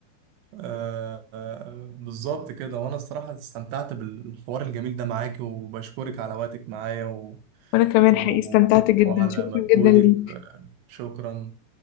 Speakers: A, on the right; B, on the left.
A: آه، آه، بالظبط كده وانا الصراحة استمتعت بالحوار الجميل ده معاك وبشكرك على وقتك معايا و...
B: وأنا كمان
A: و...
B: حقيقي استمتعت جدا
A: وعلى
B: شكرا
A: مجهودك
B: جدا ليك
A: شكرا